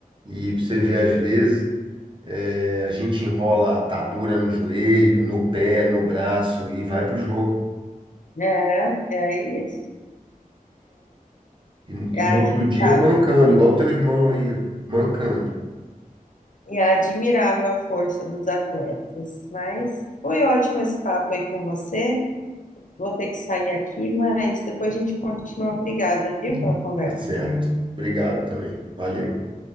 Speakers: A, on the right; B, on the left.
A: E pra você vê, às vezes, é, a gente enrola a atadura no joelho, no pé, no braço e vai pro jogo.
B: É, é isso.
A: E, e
B: É
A: no
B: admirável.
A: outro dia mancando, igual o teu irmão aí, ó, mancando.
B: E é admirável a força dos atletas. Mas foi ótimo esse papo aí com você. Vou ter que sair aqui, mas depois a gente continua. Obrigada, viu,
A: Uhum.
B: pela conversa.
A: Tá certo. Obrigado também. Valeu.